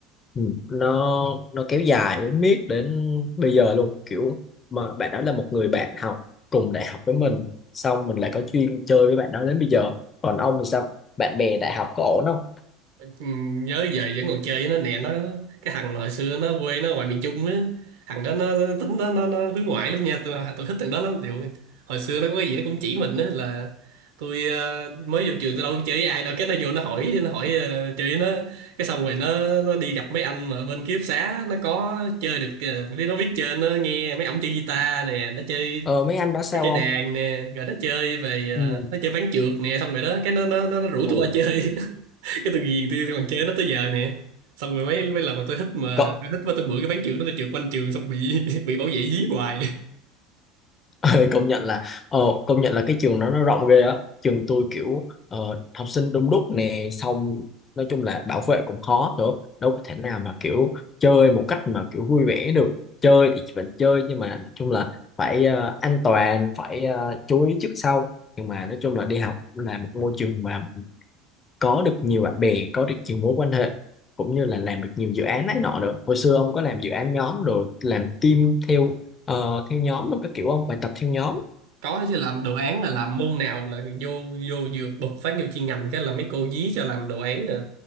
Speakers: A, on the left; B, on the right.
A: Ừ, nó nó kéo dài đến miết đến bây giờ luôn kiểu mà bạn đó là một người bạn học cùng đại học với mình xong mình lại có duyên chơi với bạn đó đến bây giờ còn ông thì sao bạn bè đại học có ổn không
B: Ừ, nhớ giờ vẫn còn chơi với nó nè nó cái thằng hồi xưa nó quê nó ngoài miền Trung á thằng đó nó, tính nó, nó, nó hướng ngoại lắm nha tôi tôi thích thằng đó lắm Điều, hồi xưa nó có cái gì nó cũng chỉ mình á là tôi ờ, mới vô trường tôi đâu có chơi với ai đâu cái nó vô nó hỏi nó hỏi ờ, chơi với nó cái xong rồi nó nó đi gặp mấy anh mà bên ký túc xá nó có chơi được ờ, đi nó biết chơi nó nghe mấy ổng chơi guitar nè nó chơi
A: ờ mấy anh đó sao
B: nó chơi
A: không
B: đàn nè rồi nó chơi về ờ,
A: ừ
B: nó chơi ván trượt nè xong rồi đó cái nó nó nó, nó rủ
A: ồ
B: tôi qua chơi cái từ ghiền tôi, tôi còn chơi nó tới giờ nè xong rồi mấy mấy lần mà tôi thích mà
A: cộng
B: tôi thích mà tôi bữa cái ván trường đó tôi trượt quanh trường xong bị <laughs> bị bảo vệ dí hoài
A: <laughs> công nhận là ờ công nhận là cái trường nó nó rộng ghê á trường tôi kiểu ờ, học sinh đông đúc nè xong nói chung là bảo vệ cũng khó nữa đâu có thể nào mà kiểu chơi một cách mà kiểu vui vẻ được chơi thì vẫn chơi nhưng mà nói chung là phải ờ, an toàn phải ờ, chú ý trước sau nhưng mà nói chung là đi học là một môi trường mà có được nhiều bạn bè có được nhiều mối quan hệ cũng như là làm được nhiều dự án này nọ nữa hồi xưa ông có làm dự án nhóm rồi làm team theo ờ, theo nhóm rồi các kiểu không bài tập theo nhóm
B: có chứ làm đồ án là làm môn nào là vô vô vừa bật phát vô chuyên ngành cái là mấy cô dí cho làm đồ án là